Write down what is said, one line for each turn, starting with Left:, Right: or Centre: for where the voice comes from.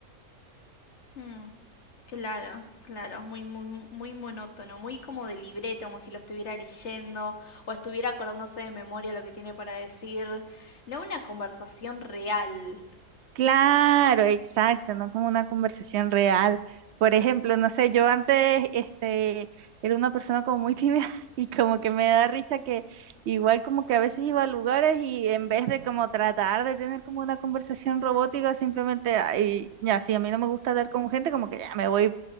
Left: Mm, claro, claro, muy, muy, muy monótono, muy como de libreta, como si lo estuviera leyendo o estuviera acordándose de memoria lo que tiene para decir, no una conversación real,
Right: Claro, exacto, no como una conversación real. Por ejemplo, no sé, yo antes este, era una persona como muy tímida <laughs> y como que me da risa que igual como que a veces iba a lugares y en vez de como tratar de tener como una conversación robótica, simplemente, ay, ya, si a mí no me gusta hablar con gente, como que ya me voy,